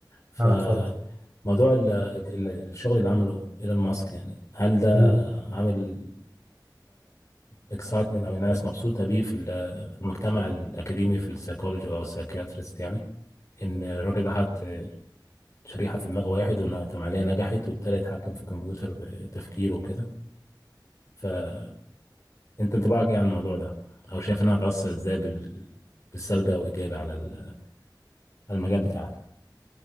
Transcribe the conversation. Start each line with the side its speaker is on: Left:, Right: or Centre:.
Left: فموضوع
Right: لا لا، اتفضل
Left: ال- ال- الشغل اللي عمله ايلون ماسك يعني هل ده
Right: مم.
Left: عامل اكسايتمنت او الناس مبسوطه بيه في ال- في المجتمع الاكاديمي في السايكولوجي او السايكياتريست يعني ان الراجل ده حط شريحه في دماغ واحد والعمليه نجحت وابتدى يتحكم في الكمبيوتر بتفكيره وكده فانت انطباعك ايه عن الموضوع ده او شايف انها هتاثر ازاي بال- بالسلبي او ايجابي على ال- على المجال بتاعك